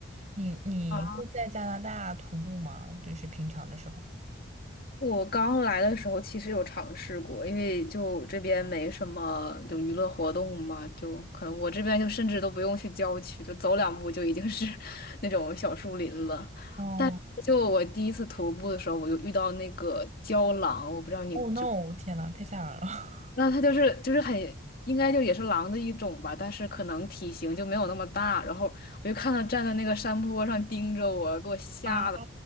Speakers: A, on the right (about 35°); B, on the left (about 45°).
A: 你你会在加拿大徒步吗？
B: 啊。
A: 就是平常的时候。
B: 我刚来的时候其实有尝试过，因为就这边没什么就娱乐活动嘛，就可能我这边就甚至都不用去郊区，就走两步就已经是 <laughs> 那种小树林了。
A: 哦
B: 但是就我第一次徒步的时候，我就遇到那个郊狼，我不知道你知，
A: 哦，no！天呐，太吓人了 <laughs>。
B: 那它就是就是很应该就也是狼的一种吧，但是可能体型就没有那么大。然后我就看它站在那个山坡上盯着我，给我吓得
A: 啊，